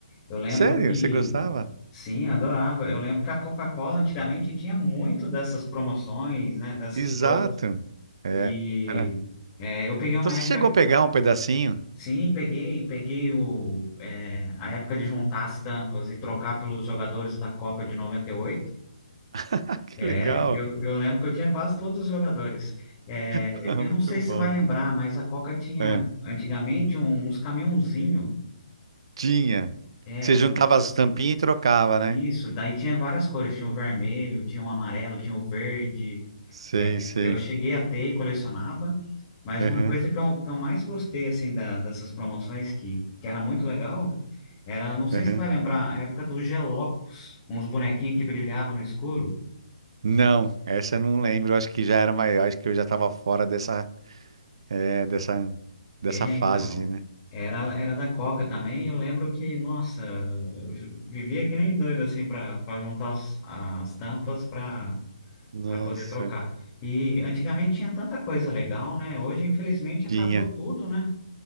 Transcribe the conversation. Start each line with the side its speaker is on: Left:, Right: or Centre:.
Left: Eu lembro
Right: Sério?
Left: que,
Right: Você gostava?
Left: sim, adorava. Eu lembro que a Coca-Cola antigamente tinha muito dessas promoções, né, dessas
Right: Exato.
Left: coisas.
Right: É,
Left: E
Right: era.
Left: é, eu peguei uma
Right: Então você
Left: época,
Right: chegou a pegar um pedacinho? <laughs>
Left: sim, peguei, peguei o, é, a época de juntar as tampas e trocar pelos jogadores da Copa de noventa e oito
Right: Ah, que
Left: É,
Right: legal.
Left: eu, eu lembro que eu tinha quase todos os jogadores. É,
Right: <laughs> Muito
Left: eu não sei se
Right: bom.
Left: você vai lembrar, mas a Coca tinha
Right: É.
Left: antigamente um, uns caminhãozinhos
Right: Tinha.
Left: É,
Right: Você
Left: o-
Right: juntava as tampinhas e trocava, né?
Left: isso. Daí tinha várias cores. Tinha o vermelho, tinha o amarelo, tinha o verde.
Right: Sei,
Left: É,
Right: sei.
Left: eu cheguei a ter e colecionava. Mas
Right: Aham,
Left: uma coisa que eu, que eu mais gostei, assim, da, dessas promoções, que, que era muito legal, era, não sei
Right: aham.
Left: se vai lembrar, a época dos Gelocos, uns bonequinhos que brilhavam no escuro.
Right: Não, essa eu não lembro. Eu Acho que já era maior. Acho que eu já estava fora dessa, é, dessa, dessa
Left: É,
Right: fase,
Left: então,
Right: né?
Left: era, era da Coca também, e eu lembro que, nossa, eu vi- vivia que nem doido, assim, para juntar as, as tampas para
Right: Nossa,
Left: para poder trocar. E antigamente tinha tanta coisa legal, né? Hoje, infelizmente, acabou
Right: tinha.
Left: tudo, né?